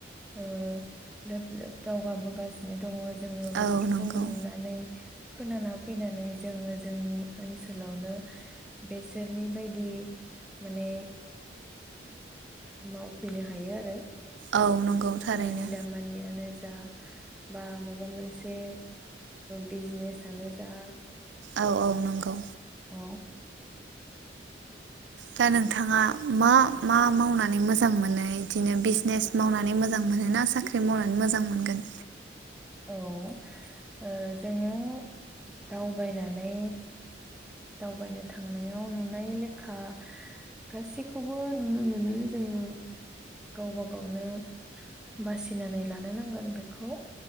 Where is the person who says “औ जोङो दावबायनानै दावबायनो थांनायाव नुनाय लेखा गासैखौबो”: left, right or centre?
Centre